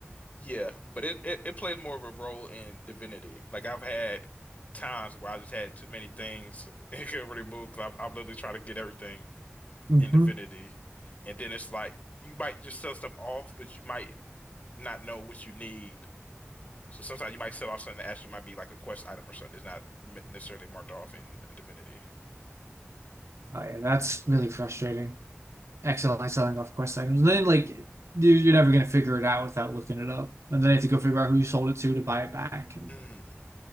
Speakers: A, on the left (about 35°); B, on the right (about 85°).
A: Yeah, but it, it it plays more of a role in Divinity. Like I've had times where I just had too many things <laughs> and couldn't really move because I'm, I'm literally trying to get everything
B: hmm
A: in Divinity, and then it's like you might just sell stuff off, but you might not know what you need. So sometimes you might sell off something that actually might be like a quest item or something. It's not m- necessarily marked off in Divinity.
B: Oh yeah, that's really frustrating. accidentally selling off quest items. And then like you- are never gonna figure it out without looking it up, and then you have to go figure out who you sold it to to buy it back, and
A: Mm,